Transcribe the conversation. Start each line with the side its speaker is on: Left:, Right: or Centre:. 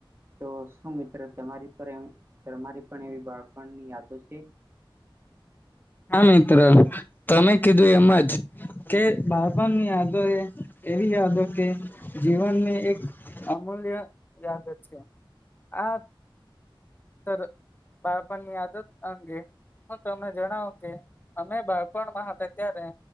Right: તો શું મિત્ર તમારી પણ તમારી પણ એવી બાળપણની યાદો છે?
Left: હા મિત્ર, તમે કીધું એમ જ કે બાળપણ ની યાદો એ એવી યાદો કે જીવનની એક અમૂલ્ય યાદો છે. આ સર બાળપણની આદત અંગે હું તમને જણાવ કે અમે બાળપણમાં હતા ત્યારે